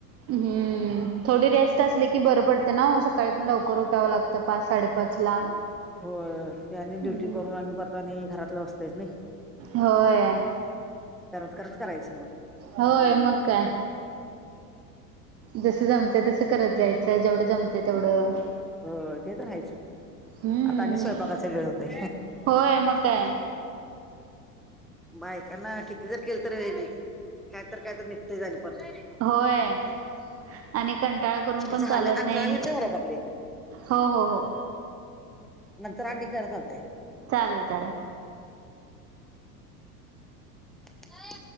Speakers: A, on the right; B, in the centre.
A: हम्म थोडी रेस्ट असली की बरं पडतें ना सकाळी पण लवकर उठावं लागत पाच साडेपाच ला
B: होय त्यानी
A: हम्म
B: ड्युटी करून आणि परत आणि घरातलं असतयच नाही
A: होय
B: करत, करत करायचं मग
A: होय मग काय जस जमतेय तसं करत जायचं जेवढं जमते तेवढं
B: हो ते तर हायच का
A: हम्म
B: आता आनि स्वयंपाकाचा वेळ होतय
A: होय मग काय
B: बायकांना किती जर केलं तर हे नाही काय तर, काय तर निघतय आणि परत
A: होय आणि कंटाळा करून पण
B: झाले
A: चालत
B: अकरा
A: नाही
B: मिनिटं झालेत आपले
A: हो, हो, हो
B: नंतरआणि करा चालतय
A: चालेल, चालेल
B: काय